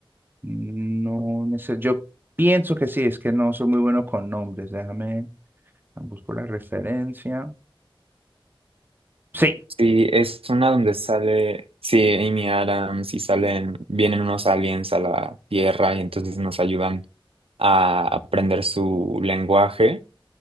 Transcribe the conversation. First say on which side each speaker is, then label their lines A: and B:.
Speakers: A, on the right; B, on the right.
A: No, neces- yo pienso que sí, es que no soy muy bueno con nombres. Déjame, busco la referencia. Sí.
B: Sí, es una donde sale, sí, Amy Adams y salen, vienen unos aliens a la Tierra y entonces nos ayudan a aprender su lenguaje.